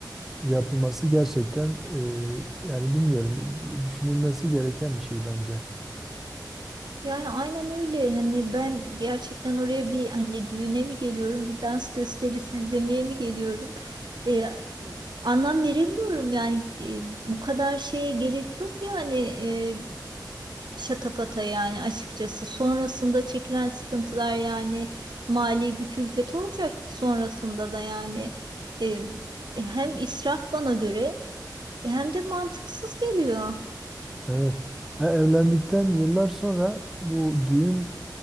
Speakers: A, in the centre; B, on the right.
A: yapılması gerçekten e, yani bilmiyorum düşünülmesi gereken bir şey bence.
B: Yani aynen öyle hani ben gerçekten oraya bir hani düğüne mi geliyorum bir dans gösterisi izlemeye mi geliyorum? Ee, anlam veremiyorum yani Ee, bu kadar şeye gerek yok yani E, şatafata yani açıkçası. Sonrasında çekilen sıkıntılar yani mali bir külfet olacak sonrasında da yani E, hem israf bana göre hem de mantıksız geliyor.
A: Evet. Ha, evlendikten yıllar sonra bu düğün